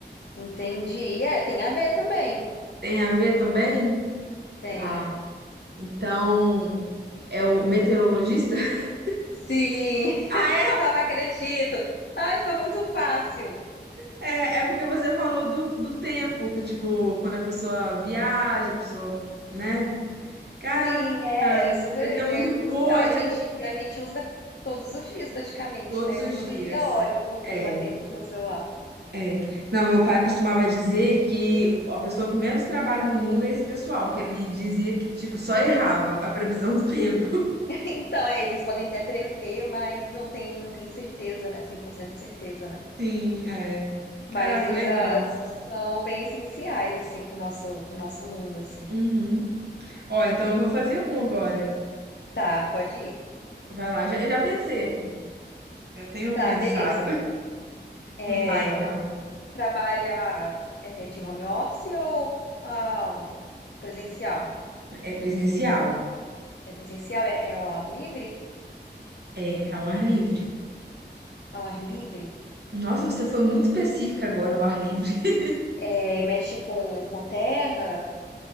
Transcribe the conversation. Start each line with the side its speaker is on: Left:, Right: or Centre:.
Left: entendi. É, tem a ver também.
Right: Tem a ver também?
Left: Tem.
Right: Tá. Então, é o meteorologista? <laughs>
Left: Sim, <laughs>
Right: Ah, é?
Left: Ah, não acredito. Ai, foi muito fácil.
Right: É, é porque você falou do, do tempo, que, tipo, quando a pessoa viaja, a pessoa, né? Caraca,
Left: Sim, é, é super,
Right: esse
Left: ele
Right: é muito
Left: é crucial.
Right: bom, esse
Left: A gente
Right: é
Left: e a gente usa todos os dias praticamente,
Right: todos
Left: né?
Right: os
Left: Eu todo
Right: dias.
Left: dia olho o clima-tempo
Right: É.
Left: no celular.
Right: É. Não, meu pai costumava dizer que a pessoa que menos trabalha no mundo é esse pessoal, que ele dizia que, tipo, só errava a previsão do tempo.
Left: <laughs> Então, é, eles podem até prever, mas não tem, não tem certeza, né? 100% de certeza, né?
Right: <laughs> Sim, é.
Left: Mas
Right: Caraca,
Left: eles
Right: legal.
Left: ah, são bem essenciais, assim, pro nosso, pro nosso mundo, assim.
Right: Uhum. Ó, então eu vou fazer um agora.
Left: Tá, pode ir.
Right: Vai lá, eu já, eu já pensei aqui. Já tenho
Left: Tá,
Right: pensado.
Left: beleza. É,
Right: <laughs> Vai, então.
Left: trabalha é, de home office ou ah, presencial?
Right: É presencial.
Left: É presencial? É, é ao ar livre?
Right: É, ao ar livre.
Left: Ao ar livre?
Right: Nossa, você foi muito específica agora, o ar livre. <laughs>
Left: É, mexe com, com terra?